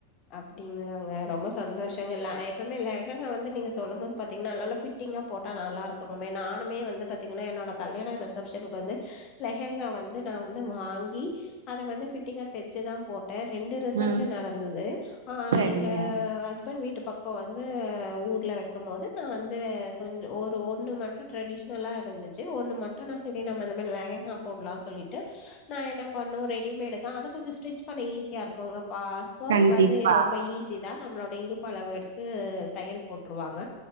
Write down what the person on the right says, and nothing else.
ம்
சரிங்க
கண்டிப்பா